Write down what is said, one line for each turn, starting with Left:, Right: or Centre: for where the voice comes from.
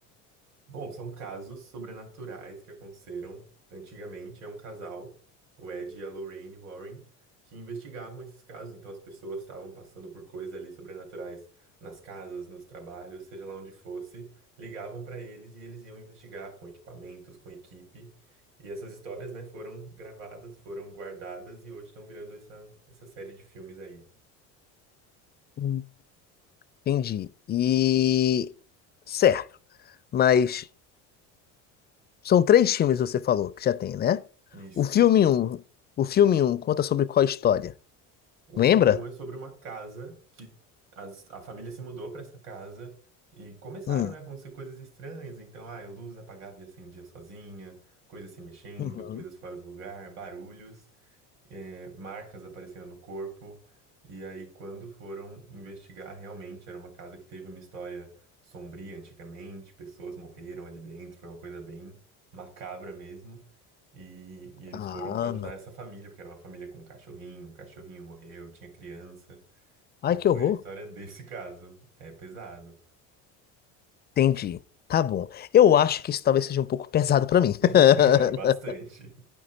Right: Bom, são casos sobrenaturais que aconteceram antigamente. É um casal, o Ed e a Lorraine Warren, que investigavam esses casos. Então as pessoas estavam passando por coisas ali sobrenaturais nas casas, nos trabalhos, seja lá onde fosse. Ligavam para eles e eles iam investigar com equipamentos, com equipe. E essas histórias, né, foram gravadas, foram guardadas e hoje estão virando essa, essa série de filmes aí.
Left: Hum. Entendi. E certo, mas são três filmes você falou que já tem, né?
Right: Isso.
Left: O filme um, o filme um conta sobre qual história?
Right: O
Left: Lembra?
Right: filme um é sobre uma casa que as- a família se mudou pra essa casa e começaram,
Left: Hum.
Right: né, a acontecer coisas estranhas. Então, ah, a luz apagava e acendia sozinha, coisas se mexendo,
Left: Uhum.
Right: coisas fora do lugar, barulhos, eh, marcas aparecendo no corpo. E aí, quando foram investigar, realmente era uma casa que teve uma história sombria antigamente, pessoas morreram ali dentro, foi uma coisa bem macabra mesmo. E, e eles
Left: Ah,
Right: foram pra ajudar essa família, porque era uma família com um cachorrinho, o cachorrinho morreu, tinha criança.
Left: ai
Right: Então
Left: que
Right: foi
Left: horror.
Right: a história desse <laughs> caso. É pesado.
Left: Entendi. Tá bom. Eu acho que isso talvez seja um pouco pesado pra mim. <laughs>
Right: <laughs> É bastante.